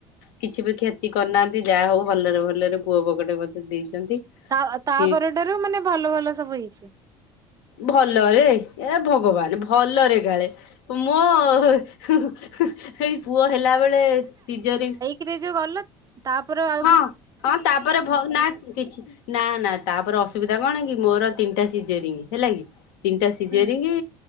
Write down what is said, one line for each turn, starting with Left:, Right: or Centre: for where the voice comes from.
Left: କିଛି ବି କ୍ଷତି କରିନାହାନ୍ତି ଯାହା ହଉ ଭଲରେ ଭଲରେ ପୁଅ ବକେଟେ ମତେ ଦେଇଛନ୍ତି।
Right: ତା-ତାପଟାରୁ
Left: ସିଏ
Right: ମାନେ ଭଲ ଭଲ ସବୁ ହେଇଛିି।
Left: ଭଲରେ ଏ ଭଗବାନ ଭଲରେ କାଳେ ମୋ ଏଇ ପୁଅ ହେଲା ବେଳେ ସିଜରୀ
Right: କିରେ ଯୋଉ ଗଲ ତାପରେ ଆ
Left: ହଁ ହଁ ତାପରେ ଭଉ ନା କିଛି ନା ନା ତାପରେ ଅସୁବିଧା କଣ କି ମୋର ତିନିଟା ଶିଯାରିଂ ହେଲା କି? ତିନିଟା ସିଜର
Right: ହୁଁ
Left: କି